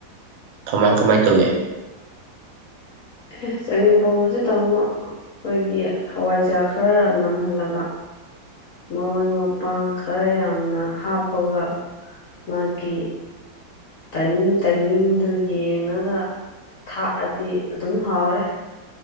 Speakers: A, on the right; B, on the left.
A: ꯀꯃꯥꯏ ꯀꯃꯥꯏ ꯇꯧꯏ
B: ꯑꯦ ꯆꯒꯦꯝ ꯄꯣꯝꯕꯁꯦ ꯇꯥꯃꯣ ꯑꯩꯈꯣꯏꯒꯤ ꯍꯋꯥꯏꯖꯔꯥꯛ ꯈꯔ ꯅꯝꯍꯜꯂꯕ ꯃꯔꯣꯏ ꯃꯄꯥꯡ ꯈꯔ ꯌꯥꯝꯅ ꯍꯥꯞꯄꯒ ꯃꯥꯒꯤ ꯇꯥꯏꯃꯤꯡ ꯇꯥꯏꯃꯤꯡꯗꯨ ꯌꯦꯡꯉꯒ ꯊꯥꯛꯑꯗꯤ ꯑꯗꯨꯝ ꯍꯥꯎꯋꯦ